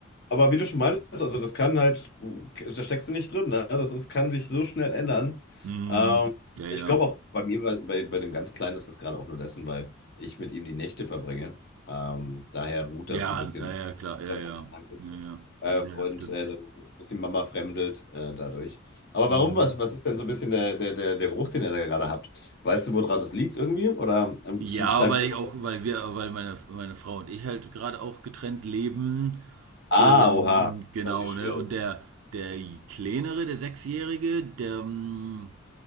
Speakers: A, on the left (about 50°); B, on the right (about 80°).
A: Aber wie du schon meintest, also das kann halt, da steckst du nicht drin, ne? Das ist, kann sich so schnell ändern.
B: mh,
A: Ähm,
B: ja,
A: ich
B: ja.
A: glaube auch bei mir, bei, bei, bei dem ganz Kleinen ist das gerade auch nur dessen, weil ich mit ihm die Nächte verbringe. Ähm, daher ruht
B: Ja,
A: das so ein bisschen,
B: ja, ja, klar, ja,
A: was
B: ja.
A: dann Anfang ist.
B: Ja, ja.
A: Äh,
B: Ja,
A: und
B: ja, stimmt.
A: äh, dann ist die Mama fremdelt äh, dadurch. Aber
B: Mhm.
A: warum, was, was ist denn so ein bisschen der, der, der, der Geruch, den ihr da gerade habt? Weißt du, woran das liegt irgendwie? Oder ähm,
B: Ja,
A: schneidest
B: weil
A: du?
B: ich auch weil wir weil meine meine Frau und ich halt gerade auch getrennt leben
A: Ah,
B: und
A: oha, das
B: genau,
A: ist natürlich
B: ne?
A: schwierig.
B: Und der der Kleinere, der Sechsjährige, der, hm